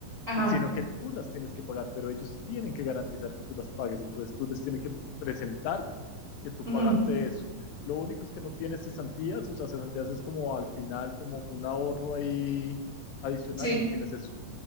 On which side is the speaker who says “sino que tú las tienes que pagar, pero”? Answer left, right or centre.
Left